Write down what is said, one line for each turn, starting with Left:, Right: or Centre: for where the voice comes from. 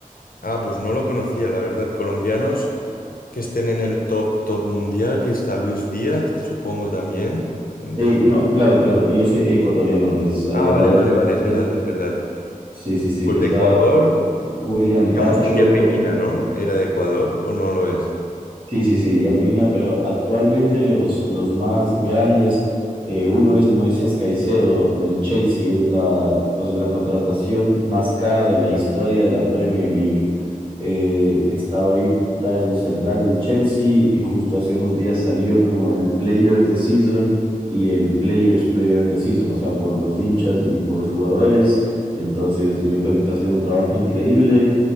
Left: Ah, pues no lo conocía, la verdad. Colombianos. que estén en el top, top mundial, que está Luis Díaz, supongo también. del-
Right: Eh, no, claro, pero yo soy ecuatoriano, es ahí
Left: Ah,
Right: al
Left: vale,
Right: lado
Left: vale,
Right: de Colombia.
Left: vale, es verdad, es verdad.
Right: Sí, sí, sí,
Left: Pues
Right: está
Left: de Ecuador, y-
Right: William
Left: teníamos
Right: Pacho,
Left: a Jerry Mina, ¿no? ¿Era de Ecuador o no lo es?
Right: Sí, sí, sí, Yermina, pero actualmente los, los más grandes, eh, uno es Moisés Caicedo del Chelsea, es la, o sea, la contratación más cara de la historia de la Premier League. Eh, está ahorita, es un central del Chelsea y justo hace unos días salió como el Player of the Season y el Players Player of the Season, o sea, por los hinchas y por los jugadores. Entonces, yo creo que está haciendo un trabajo increíble.